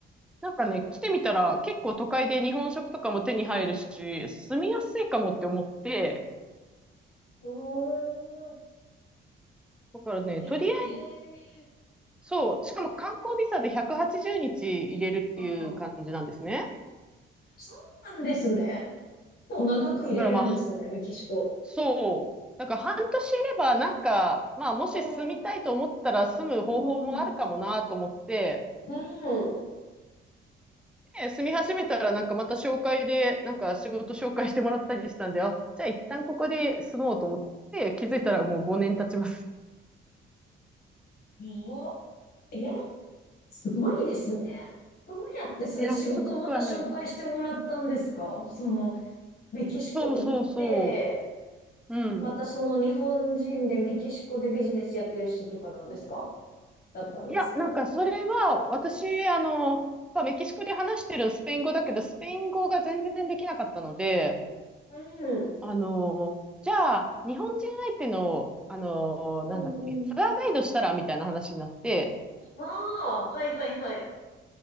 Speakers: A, in the centre; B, on the left.
A: なんかね、来てみたら結構都会で日本食とかも手に入るし、住みやすいかもって思って、
B: おー、
A: だからね、
B: え、
A: とり
B: へえ、
A: そう。しかも観光ビザで180日入れるっていう感じなんですね。
B: うん、そうなんですね。もう長く入れるんですね、
A: だからまあ、
B: メキシコ。
A: そう。だから半年いればなんか、まあもし住みたいと思ったら住む方法もあるかもなと思って、
B: うん、うん、うん。
A: ね住み始めたらなんかまた紹介で、なんか仕事紹介してもらったりしたんで、あ、じゃあ一旦ここで住もうと思って、気づいたらもう5年経ちます。
B: お、え、すごいですね。どうやってそれ仕事また紹介してもらったんですかその、
A: いや、すごくはないです。
B: メキシコ行って、
A: そうそうそう。うん。
B: またその日本人でメキシコでビジネスやってる人とかなんですかだったんですか
A: いや、なんかそれは、私、あの、まあ、メキシコで話してるスペイン語だけど、スペイン語が全然できなかったので、
B: うん。
A: あの、じゃあ、日本人相手の、あの、なんだっけ、
B: うんうん。
A: ツアーガイドしたらみたいな話になって、
B: ああ、はいはいはい。